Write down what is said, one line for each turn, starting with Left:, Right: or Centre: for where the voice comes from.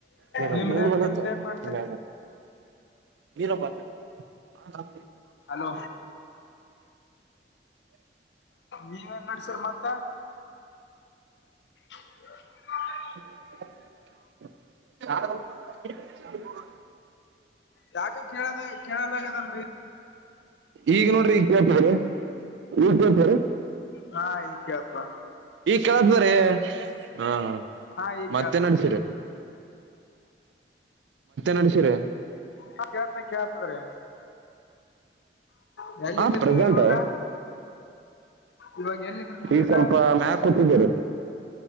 Right: ನೀ
Left: ನಿಮ್ದೇನ್
Right: ನೀ ಬ
Left: ನಿಮ್ದೇನ್
Right: ನೀ
Left: ಮಾಡ್ತೀರಿ
Right: ನೀರ ಹ
Left: ಹಲೋ ನೀವೇನ್ ನಡ್ಸರಿ ಮತ್ತ ತ್ತ
Right: ಹ
Left: ಯಾಕ ಕೇಳದ ಕೇಳಲಗದಲ್ರಿ
Right: ಈಗ ನೋಡ್ರಿ ಈಗ ಪೇಪರ್ ಈಗ ಪೇಪರ್
Left: ಹಾ ಈಗ್ ಕೇಳ್ತದ
Right: ಕೇಳತದ್ರಿ ಹಾ ಹ
Left: ಹಾ ಈಗ
Right: ಮತ್ತೆ
Left: ಕೇಳ್ತ
Right: ನಡ್ಸೀರ ನಡ್ಸಿರಿ
Left: ಹಾ ಕಳ್ತನೆ ಕಳ್ತಾರೆ ಊ ಎಲ್ಲಿದ್ದೀರಿ
Right: ಹಾ ಪ್ರೆಸೆಂಟ್
Left: ನೀವು ಇವಾಗ ಇವಾಗ ಎಲ್ಲಿದರ ನೀವೀಗ
Right: ಈಗ ಸ್ವಲ್ಪ ಮ್ಯಾಕ್ ಕೂತಿದ್ದೀರಿ